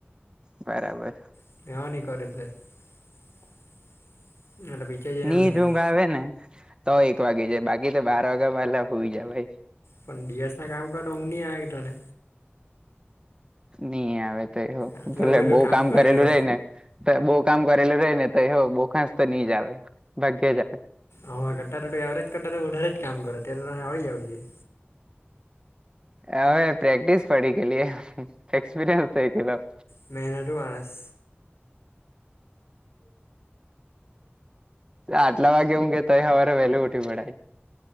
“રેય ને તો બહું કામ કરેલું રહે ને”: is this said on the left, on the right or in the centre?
Right